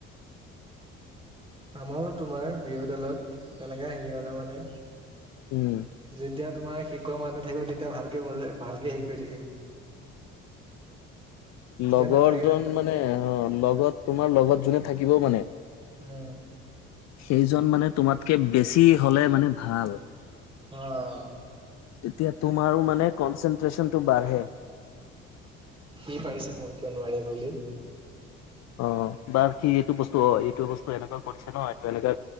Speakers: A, on the right; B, on the left.
A: আমাৰো তোমাৰ বিয়ুৰ দলত এনেকা হেৰি হলে মানে
B: উম।
A: যেতিয়া তোমাৰ শিকোৱা মানুহটো থাকিব, তেতিয়া ভালকে বজাই ভালকে শিক কৰি থাকিব। যেতিয়া
B: লগৰ
A: নাথাকে
B: জন মানে অ', লগত তোমাৰ লগত যোনে থাকিবও মানে
A: উম
B: সেইজন মানে তোমাতকে বেছি হ'লে মানে ভাল।
A: অ',
B: তেতিয়া তোমাৰো মানে, কনচেনট্ৰেচনটো বাঢ়ে।
A: কি পাৰিছে মই কিয় নোৱাৰিম বুলি।
B: অ', বা সি এইটো বস্তু অ', এইটো বস্তু এনেকুৱা কৰিছে ন এইটো এনেকুৱা